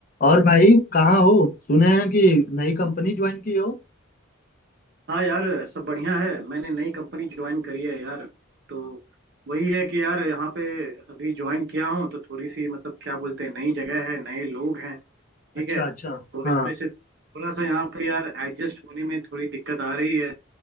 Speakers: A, on the left; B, on the right.
A: और भाई कहाँ हो सुने हैं कि नई कंपनी ज्वाइन की हो
B: हाँ यार सब बढ़िया है मैंने नई कंपनी ज्वाइन करी है यार तो वही है कि यार यहाँ पे अभी ज्वाइन किया हूँ तो थोड़ी सी मतलब क्या बोलते हैं नई जगह है नए लोग हैं ठीक
A: अच्छा
B: है तो
A: अच्छा हाँ
B: इसमें से थोड़ा सा यहाँ पे यार एडजस्ट होने में थोड़ी दिक्कत आ रही है